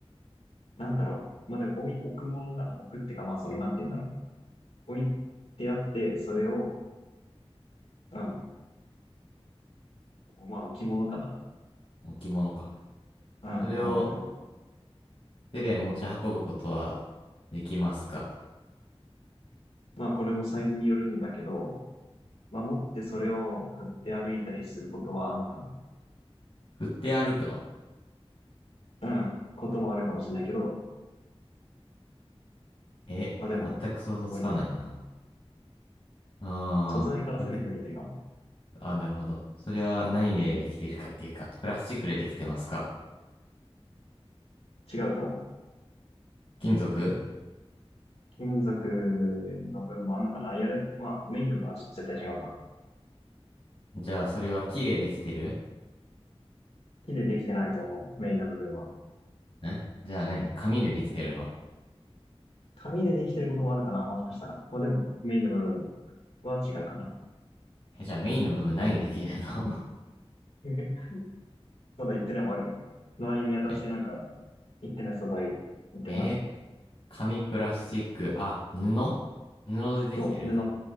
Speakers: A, on the left (about 85°); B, on the left (about 60°).
A: なんだろう。まあ、でも置い、置くものかな。置くってか、まあ、その、なんて言うんだろう。置いてあって、それを、うん。まあ、置物かな。
B: 置物か。それを
A: うん、ただ置物。
B: 手で持ち運ぶことはできますか
A: まあ、これもサイズによるんだけど、まあ、持ってそれを振って歩いたりすることはあんのかな。
B: 振って歩くの
A: うん、こともあるかもしれないけど、
B: え、
A: まあでも、
B: 全く想像つかないな。
A: 置いてるかな。
B: ああ、
A: 素材から攻めてみるといいかも。
B: 車。あ、なるほど。それは何でできているかっていうか、
A: うん
B: プラスチックでできてますか
A: 違うと思う。
B: 金属
A: 金属の部分もあんのかないやでも、まあ、メインの部分は絶対違うわ。
B: じゃあ、それは木でできてる
A: 木でできてないと思う、メインの部分は。
B: んじゃあ何紙でできてるの
A: 紙でできてることもあるかなもしかしたら。まあでも、メインの部分は違うかな。
B: え、じゃあメインの部分何でできてるの
A: <laughs> まだ言ってないもあるよ。周り見渡してなんか、
B: <laughs> え、
A: 言ってない素材、言ってごらん。
B: え、紙、プラスチック、あ、布布でできてる
A: そう、